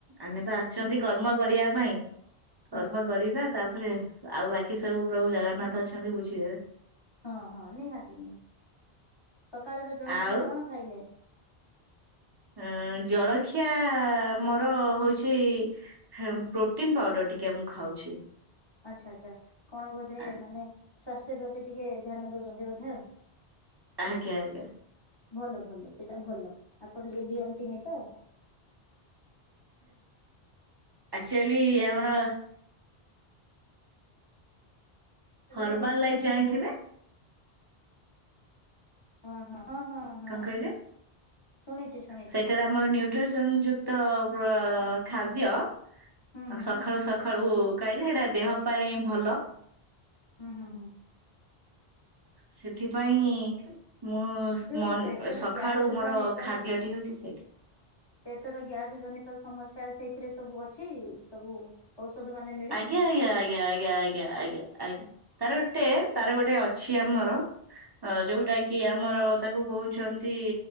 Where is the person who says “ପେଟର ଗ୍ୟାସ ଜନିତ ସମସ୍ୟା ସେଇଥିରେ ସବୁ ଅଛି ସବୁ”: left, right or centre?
Left